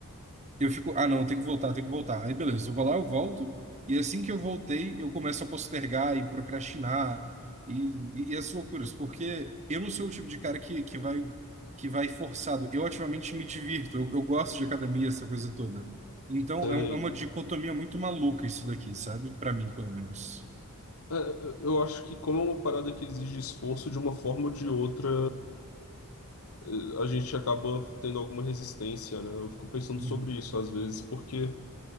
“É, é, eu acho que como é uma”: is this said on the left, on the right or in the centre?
Left